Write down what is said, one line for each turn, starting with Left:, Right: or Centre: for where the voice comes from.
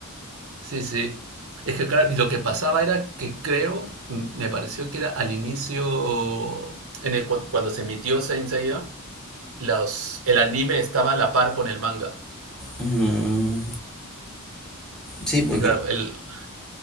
Right: sí, sí. Es que claro, lo que pasaba era que creo, m- me pareció que era al inicio, en el- cuan- cuando se emitió Saint Seiya, los, el anime estaba a la par con el manga.
Centre: Mm, sí, porque
Right: Y claro, el...